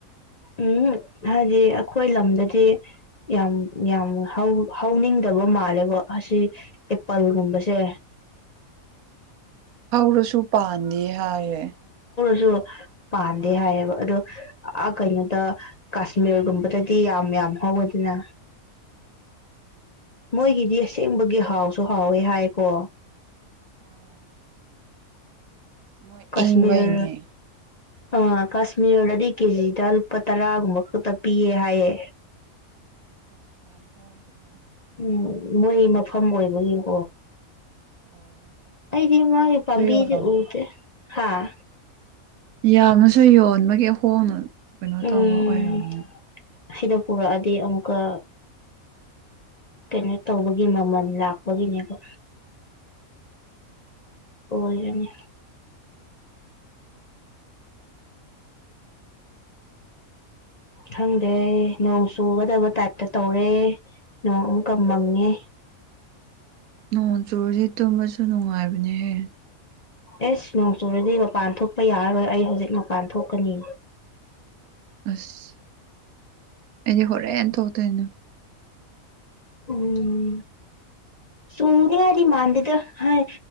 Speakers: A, on the left; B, on the right.
A: ꯎꯝꯎꯨꯝ ꯍꯥꯏꯗꯤ ꯑꯩꯈꯣꯏ ꯂꯝꯗꯗꯤ ꯌꯥꯝ ꯌꯥꯝ ꯍꯧ ꯍꯧꯅꯤꯡꯗꯕ ꯃꯥꯜꯂꯦꯕꯣ ꯑꯁꯤ ꯑꯦꯄꯜꯒꯨꯝꯕꯁꯦ
B: ꯍꯧꯔꯁꯨ ꯄꯥꯟꯗꯦ ꯍꯥꯏꯌꯦ
A: ꯗꯨ ꯄꯥꯟꯗꯦ ꯍꯥꯏꯌꯦꯕ ꯑꯗꯨ ꯑꯥ ꯀꯩꯅꯣꯗ ꯀꯥꯁꯃꯤꯔꯒꯨꯝꯕꯗꯤ ꯌꯥꯝ ꯄꯜꯂꯦ ꯌꯝ ꯍꯧꯕꯅꯤꯅ
B: <inaudible>
A: ꯃꯣꯏꯒꯤꯗꯤ ꯑꯁꯦꯡꯕꯒꯤ ꯍꯥꯎꯁꯨ ꯍꯥꯎꯋꯦ ꯍꯥꯏꯀꯣ
B: <inaudible> ꯃꯣꯏ
A: ꯀꯥꯁꯃꯤꯔ
B: ꯏꯪꯕꯩꯅꯦ
A: ꯑꯥ ꯀꯥꯁꯃꯤꯔꯗꯗꯤ ꯀꯦꯖꯤꯗ ꯂꯨꯄꯥ ꯇꯔꯥꯒꯨꯝꯕ ꯈꯛꯇ ꯄꯤꯌꯦ ꯍꯥꯏꯌꯦ
B: <inaudible>
A: ꯎꯝ ꯃꯣꯏ ꯃꯐꯝ ꯑꯣꯏꯕꯒꯤꯅꯦ꯫
B: ꯑꯣ
A: ꯑꯩꯗꯤ ꯃꯥꯒꯤ
B: ꯌꯥꯝꯁꯨ
A: ꯄꯥꯝꯕꯤꯖꯦ
B: ꯌꯣꯜꯂꯝꯅꯦ
A: ꯎꯗꯦ꯫ ꯍꯥꯥ
B: ꯌꯥꯝꯅꯁꯨ ꯌꯣꯟꯕꯒꯤ ꯍꯣꯡꯅ ꯀꯩꯅꯣ
A: ꯎꯝ
B: ꯇꯧꯕ ꯑꯣꯏꯔꯝꯅꯦ꯫
A: ꯁꯤꯗ ꯄꯨꯔꯛꯑꯗꯤ ꯑꯃꯨꯛꯀ ꯀꯩꯅꯣ ꯇꯧꯕꯒꯤ ꯃꯃꯜ ꯂꯥꯛꯄꯒꯤꯅꯦꯕ ꯑꯣꯏꯔꯅꯤ
B: <inaudible>
A: ꯈꯪꯗꯦ ꯅꯣꯡ ꯆꯨꯒꯗꯕ ꯇꯥꯏꯞꯇ ꯇꯧꯔꯦ ꯅꯣꯡ ꯑꯃꯨꯛꯀ ꯃꯪꯉꯦ
B: ꯅꯣꯡ ꯆꯨꯔꯁꯦ ꯇꯨꯝꯕꯁꯨ ꯅꯨꯡꯉꯥꯏꯕꯅꯦꯍꯦ
A: ꯑꯦꯁ ꯅꯣꯡ ꯆꯨꯨꯔꯗꯤ ꯃꯄꯥꯟ ꯊꯣꯛꯄ ꯌꯥꯔꯔꯣꯏ ꯑꯩ ꯍꯧꯖꯤꯛ ꯃꯄꯥꯟ ꯊꯣꯛꯀꯅꯤ
B: ꯑꯁ ꯑꯩꯗꯤ ꯍꯣꯔꯦꯟ ꯊꯣꯛꯇꯣꯏꯅꯦ
A: ꯎꯝ ꯆꯨꯅꯤꯉꯥꯏꯗꯤ ꯃꯥꯟꯗꯦꯗ ꯍꯥꯏ